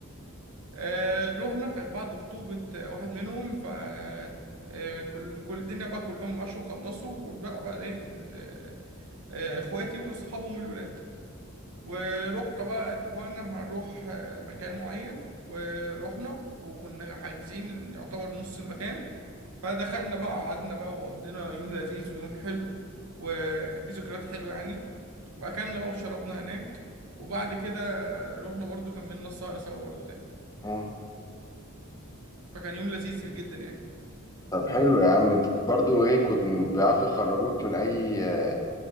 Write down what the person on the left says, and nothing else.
امم
طب حلو يا عم انت برضو ايه كنت م- بيعرفوا يخرجوك من اي آه،